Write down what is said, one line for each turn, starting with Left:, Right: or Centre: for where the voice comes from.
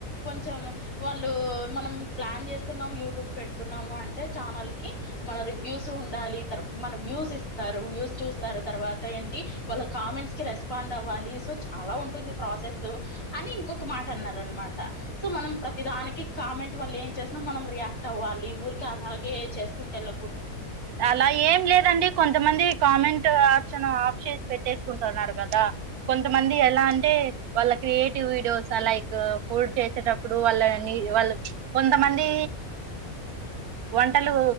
Left: కొంచం వాళ్ళు మనం ప్లాన్ చేస్త న్నం యూట్యూబ్ పెడుతున్నాముంటే ఛానల్ కి మన రివ్యూస్ ఉండాలి మన వ్యూస్ ఇస్తారు వ్యూస్ చూస్తారు తర్వాత ఏంటి వాళ్ళ కామెంట్స్ కి రెస్పాండ్ అవ్వాలి సో చాలా ఉంటుంది ప్రాసెస్ అని ఇంకొక మాట అన్నారు అనమాట సో మనం ప్రతిదానికి కామెంట్ వాల్ళ ఏం చేసిన మనం రియాక్ట్ అవ్వాలి ఊర్ అలాగే చేసుకుంటేల్
Right: అలా ఏం లేదండి కొం కొంతమంది కామెంట్ ప్ ఆప్షన్స్ పెట్టేసుకుంటున్నారు కదా కొంతమంది ఎలా అంటే వాళ్ళ క్రియేటివ్ వీడియోస్ లైక్ డ్ చేసేటప్పుడు వాళ్ళని వాళ్ళు కొంతమంది వంటలు